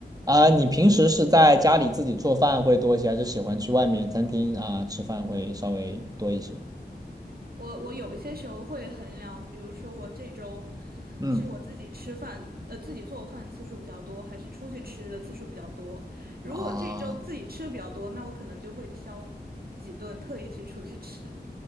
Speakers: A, on the right; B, on the right.
A: 啊、你平时是在家里自己做饭会多一些，还是喜欢去外面餐厅啊、吃饭会稍微多一些？
B: 我我有一些时候会衡量，比如说我这周
A: 嗯，
B: 是我自己吃饭，呃，自己做饭次数比较多，还是出去吃的次数比较多。如果这周自己吃的比较多，
A: 啊，
B: 那我可能就会挑几顿特意去出去吃。